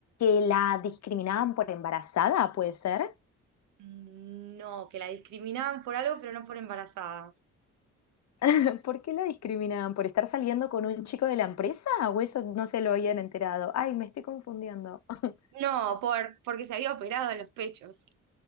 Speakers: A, on the left; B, on the right.
A: la discriminaban por embarazada, ¿puede ser?
B: Mm, No, que la discriminaban por algo, pero no por embarazada.
A: <laughs> ¿Por qué la discriminaban? ¿Por estar saliendo con un chico de la empresa? ¿O eso no se lo habían enterado? Ay, me estoy confundiendo. <laughs>
B: No, por, porque se había operado en los pechos.